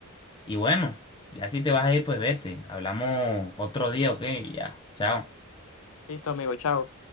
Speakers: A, on the left; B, on the left.
A: Y bueno, ya si te vas a ir, pues vete. Hablamos otro día, ¿ok? Ya, chao.
B: Listo, amigo, chao.